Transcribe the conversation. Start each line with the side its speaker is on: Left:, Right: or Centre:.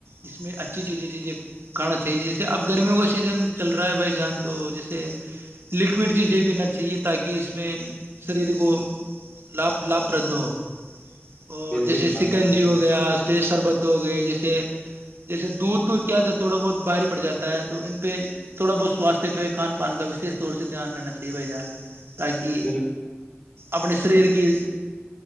Right: اس میں اچھی چیزیں چیزیں کھانا چاہیے جیسے اب گرمیوں کا سیزن چل رہا ہے بھائی جان تو جیسے لکوڈ چیزیں پینا چاہیے تاکہ اس میں سریر کو لپ لپ پرد اور
Left: بالکل
Right: جیسے
Left: جناب
Right: سکنجی
Left: بالکل
Right: ہو گیا جیسے شربت ہو گئے جیسے جیسے دودھ تو کیا تھوڑا بہت باہاری پڑ جاتا ہے تو ان پہ تھوڑا بہت سواستھ پہ کھان پان کا وشش طور سے دھیان رہنا چاہیے بھائی جان تاکہ
Left: بال
Right: اپنے سریر کی